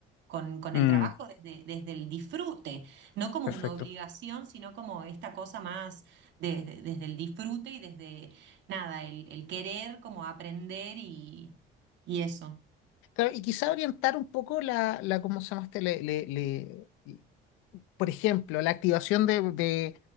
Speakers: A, on the right; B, on the left.
A: con, con
B: mm,
A: el trabajo desde, desde el disfrute, no como
B: perfecto.
A: una obligación, sino como esta cosa más desde, desde el disfrute y desde nada, el, el querer como aprender y, y eso.
B: Claro, y quizá orientar un poco la, la ¿cómo se llama este? Le, le- le- por ejemplo, la activación de, de-